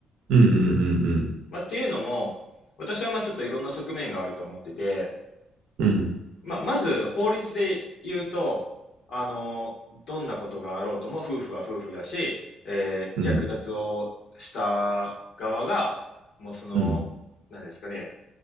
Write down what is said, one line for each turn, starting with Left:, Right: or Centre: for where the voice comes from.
Right: うんうんうん
Left: まあっていうのも、私はまあちょっといろんな側面があると思ってて、
Right: うん。うん。
Left: まあまず法律で言うと、あの、どんなことがあろうとも夫婦は夫婦だし、えー、
Right: うん。
Left: 略奪をした側が、もうその、
Right: うん
Left: なんですかね、